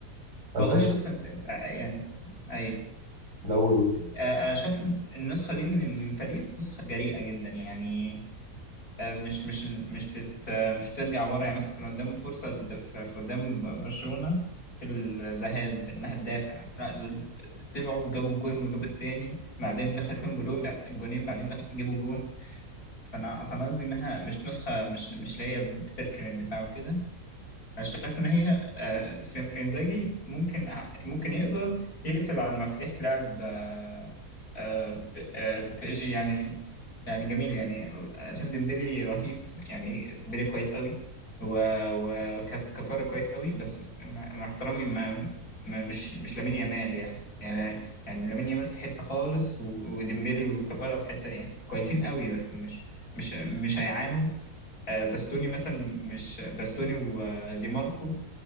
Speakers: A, on the right; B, on the left.
A: فانت
B: والله
A: ش-
B: بص انت, انت يعني ايوه
A: لا قول قول
B: آه انا شايف إن النسخه دي من من باريس نسخه جريئه جدا يعني آه، مش مش مش بت مش ترجع ورا يعني مثلا كان قدامه فرصة د- ف- في قدام ب- برشلونة في الذهاب إنها تدافع لا دول طلعوا وجابوا الجون وجابوا التاني بعدين دخل فيهم جولين بع- جونين بعدين دخل جابوا جون فأنا فأنا قصدي إنها مش نسخة مش مش اللي هي بتركن الدفاع وكده انا شايف ان هي آه، سم- انزاجي ممكن ممكن يقدر يقفل على مفاتيح لعب آه، آه، ب- آه، بي اس جي يعني يعني جميل يعني انا شايف ديمبلي رهيب يعني ديمبلي كويس قوي وكفارة كويس قوي بس مع مع احترامي ما ما- مش مش لامين يامال يعني يعني يعني لامين يامال في حتة خالص و- وديمبلي وكفارة في حتة يعني كويسين قوي بس مش مش مش هيعانوا آه، باستوني مثلا مش باستوني ودي ماركو